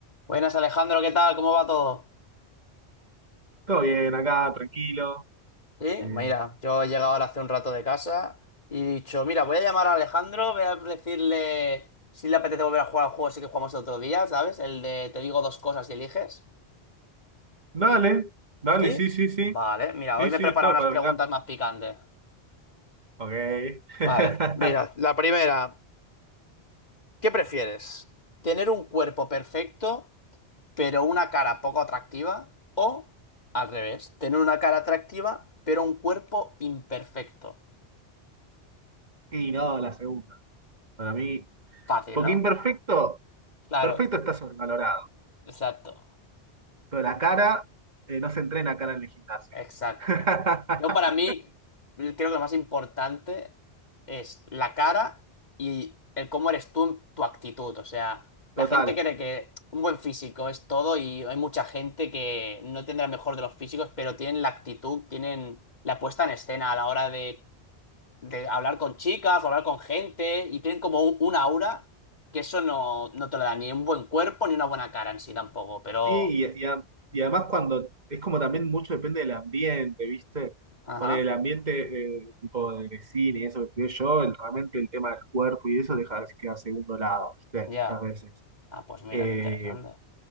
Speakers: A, on the left; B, on the right.
A: Buenas Alejandro, ¿qué tal? ¿Cómo va todo?
B: Todo bien, acá, tranquilo.
A: Sí,
B: Eh,
A: mira, yo he llegado ahora hace un rato de casa y he dicho, mira, voy a llamar a Alejandro, voy a decirle si le apetece volver a jugar al juego, así que jugamos el otro día, ¿sabes? El de te digo dos cosas y eliges.
B: dale, dale,
A: ¿Sí?
B: sí, sí, sí.
A: Vale, mira,
B: Sí,
A: hoy me
B: sí,
A: he preparado
B: estoy,
A: unas
B: para,
A: preguntas
B: me encanta.
A: más picantes.
B: Ok. <laughs>
A: Vale, mira, la primera, ¿qué prefieres? ¿Tener un cuerpo perfecto, pero una cara poco atractiva? ¿O, al revés, tener una cara atractiva, pero un cuerpo imperfecto?
B: Y no, la segunda. Para mí,
A: Fácil,
B: porque
A: ¿no?
B: imperfecto,
A: Claro,
B: perfecto está sobrevalorado.
A: exacto,
B: Pero la cara, eh, no se entrena cara en el gimnasio.
A: exacto.
B: <laughs>
A: Yo para mí creo que lo más importante es la cara y el cómo eres tú, en tu actitud. O sea, la
B: Total.
A: gente cree que un buen físico es todo y hay mucha gente que no tendrá el mejor de los físicos, pero tienen la actitud, tienen la puesta en escena a la hora de, de hablar con chicas o hablar con gente y tienen como un, un aura que eso no, no te lo da ni un buen cuerpo ni una buena cara en sí tampoco, pero...
B: Sí, y, y a- y además cuando es como también mucho depende del ambiente, ¿viste?
A: Ajá,
B: Por el ambiente eh, tipo de cine y eso que estudié yo, el- realmente el tema del cuerpo y eso deja que a segundo lado, ¿viste?
A: ya.
B: Muchas veces.
A: Ah, pues mira,
B: Eh,
A: qué interesante.